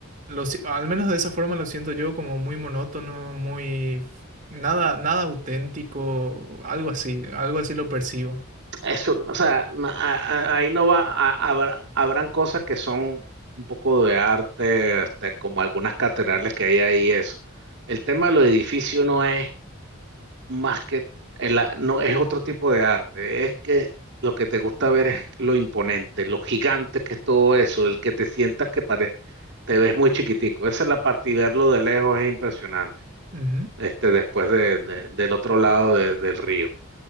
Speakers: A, on the right; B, on the right.
A: Lo, si- al menos de esa forma lo siento yo, como muy monótono, muy... f- Nada, nada auténtico, algo así, algo así lo percibo.
B: eso, o sea, na- a- a- ahí no va, a- habrá- habrán cosas que son un poco de arte, este, como algunas catedrales que hay ahí, eso. El tema de los edificios no es más que, el a- no es otro tipo de arte, es que lo que te gusta ver es lo imponente, lo gigante que es todo eso, el que te sientas que parece te ves muy chiquitico. Esa es la parte y verlo de lejos es impresionante,
A: Ujú,
B: este, después de, de- del otro lado de- del río.